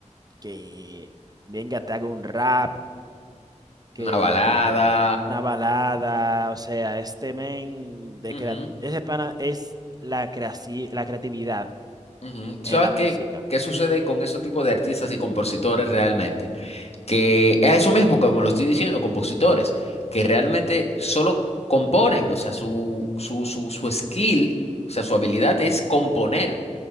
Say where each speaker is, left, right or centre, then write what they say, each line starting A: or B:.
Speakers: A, on the right (about 30°); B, on the left (about 55°).
A: que venga, te haga un rap, que
B: Una balada.
A: te una balada. O sea, este men de
B: ujú.
A: crea- ese pana es la creaci- la creatividad
B: Ujú. ¿Tú
A: en
B: ¿Sabes
A: la música.
B: qué, qué sucede con ese tipo de artistas y compositores realmente? Que
A: Ujú,
B: es eso mismo, como lo estoy diciendo, compositores, que realmente solo componen, o sea, su, su, su, su skill, o sea, su habilidad es componer